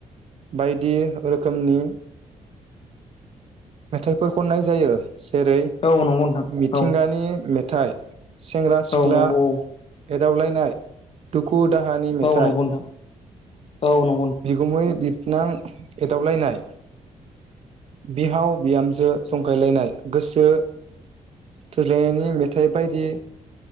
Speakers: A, on the right; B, on the left.
A: बायदि रोखोमनि मेथाइफोर खननाय जायो जेरै
B: औ नंगौ नोंथां
A: मिथिंगानि
B: औ
A: मेथाइ सेंग्रा सिख्ला
B: औ नंगौ
A: एदावलायनाय दुखु दाहानि मेथाइ
B: औ नंगौ नोंथां औ नंगौ
A: बिगुमै बिबनां एदावबलायनाय बिहाव बिहामजो जंखायलायनाय गोसो थोज्लायनायनि मेथाइ बायदि